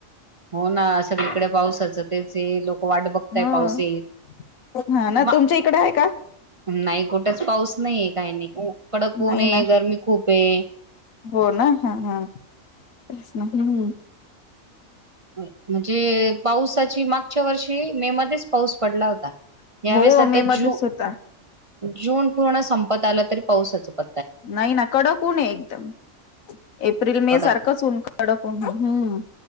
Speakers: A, on the right; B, on the left.
A: हो ना सगळीकडे पावसाचं तेच लोक वाट बघतय
B: हो
A: पावस येईल.
B: हा ना
A: म
B: तुमच्या इकडे आहे का?
A: नाही कुठंच पाऊस नाहीये काही नाही कडक उऊन
B: नाही
A: आहे
B: ना
A: गरमी खूप आहे.
B: हो ना हा हाच ना हम.
A: म्हणजे पावसाची मागच्या वर्षी मे मध्येच पाऊस पडला होता. यावेेळेस
B: हो
A: आता
B: मे मध्येच
A: जू
B: होता
A: जून पूर्ण संपत आला तरी पावसाच प
B: नाही ना कडक उण ए एकदम. एप्रिल मे
A: कडक
B: सारखंच ऊन कडकन हम्म.